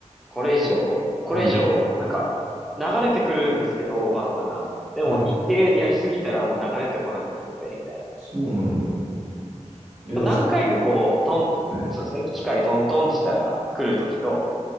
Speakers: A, in the centre; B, on the right.
A: これ以上、これ以上、
B: い、
A: なんか、流れてくるんですけど、バナナが。でも、
B: はい。
A: 一定やりすぎたらもう流れてこなくなって、みたいな。
B: そうなんだ。いや、
A: でも何回かこう、
B: でもそ
A: トン、
B: はい。
A: そうですね、機械トントンってしたら来るときと、